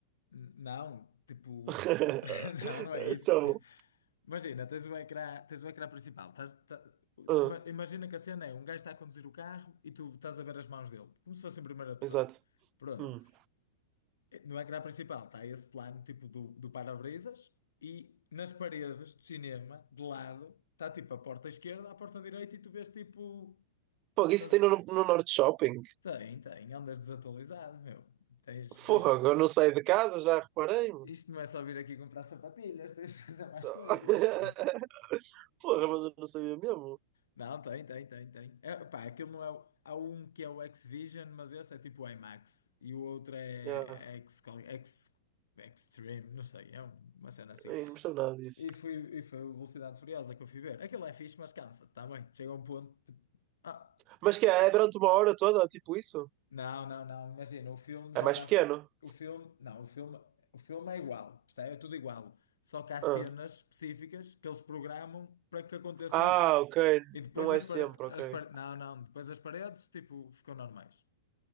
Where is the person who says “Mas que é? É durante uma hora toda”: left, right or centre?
Right